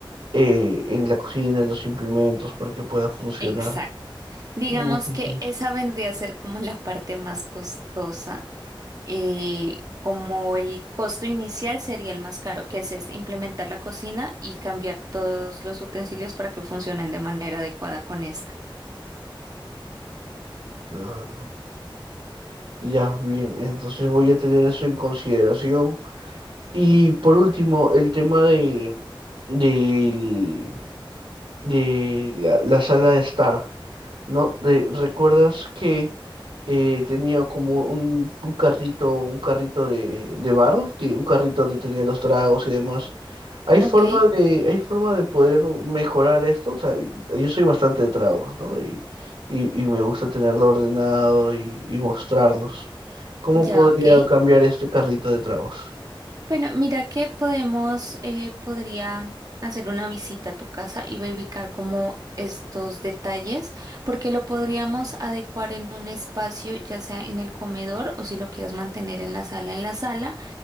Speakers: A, on the right (about 80°); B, on the right (about 45°).
A: eh, en la cocina, en los implementos para que pueda funcionar.
B: Exacto. Digamos
A: Ujujú.
B: que esa vendría a ser como la parte más costosa. eh, como el costo inicial sería el más caro, que es este, implementar la cocina y cambiar todos los utensilios para que funcionen de manera adecuada con esta.
A: Claro. Ya, bien, entonces voy a tener eso en consideración. Y por último, el tema de, del- de la, la sala de estar, ¿no? De- ¿recuerdas que eh, tenía como un, un carrito, un carrito de, de bar, que un carrito donde tenía los tragos y demás? ¿Hay forma
B: Ok,
A: de, hay forma de poder mejorar esto? O sea, yo soy bastante de tragos, ¿no? Y, y, y me gusta tenerlo ordenado y, y mostrarlos. ¿Cómo
B: ya
A: podría
B: ok.
A: cambiar este carrito de tragos?
B: Bueno, mira que podemos, eh, podría hacer una visita a tu casa y verificar como estos detalles, porque lo podríamos adecuar en un espacio, ya sea en el comedor o si lo quieres mantener en la sala, en la sala